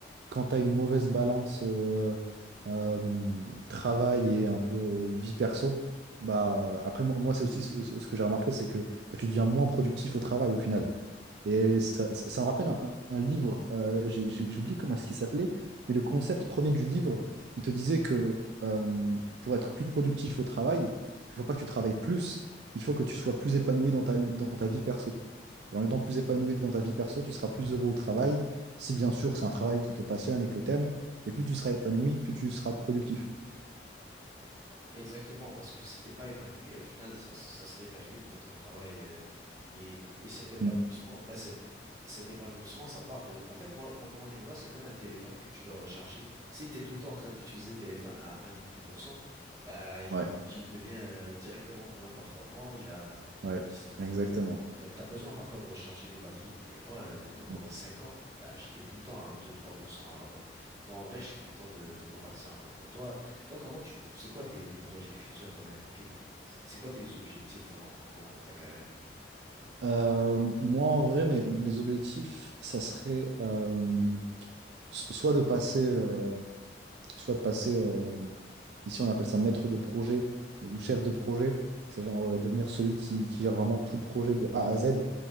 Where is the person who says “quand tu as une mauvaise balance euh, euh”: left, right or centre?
Right